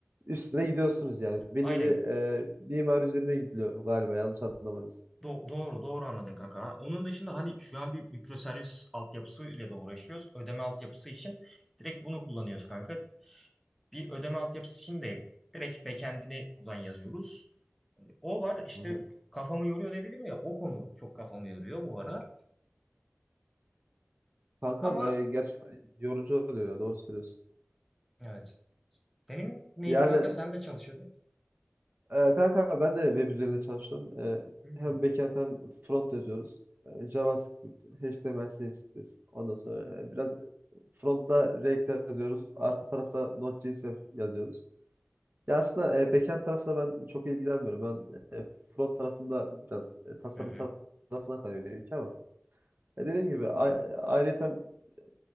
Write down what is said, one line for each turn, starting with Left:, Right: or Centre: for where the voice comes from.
Right: üstüne gidiyorsunuz yani. Belli
Centre: Aynen
Right: bir e, mimari üzerine gidiliyor galiba yanlış anlamanız.
Centre: Do- doğru doğru anladın kanka. Ha, Onun dışında hani şu an bir mikroservis altyapısı ile de uğraşıyoruz. Ödeme altyapısı için direkt bunu kullanıyoruz kanka. Bir ödeme altyapısı için de direkt backend'ini buradan yazıyoruz. Hani O var işte
Right: Hı hı.
Centre: kafamı yoruyor dedim ya o konu çok kafamı yoruyor bu ara.
Right: Kankam
Centre: Ama
Right: e, gerçekten yorucu oluyor ya, doğru söylüyorsun.
Centre: evet. Senin neydi
Right: Yani
Centre: kanka? Sen de çalışıyordun.
Right: Ee, kanka ben de web üzerinde çalıştım. Ee,
Centre: Hmm.
Right: hem backend hem front yazıyoruz. Ee, JavaScript, HTML, CSS. Ondan sonra e, biraz frontta React yazıyoruz. Arka tarafta Node.js yaz- yazıyoruz. Ya aslında e, backend tarafına ben çok ilgilenmiyorum. Ben e, front tarafında biraz e, tasarım
Centre: Hı hı.
Right: tar- tarafına kalıyor benimki ama. E, dediğim gibi a- ayrıyeten e,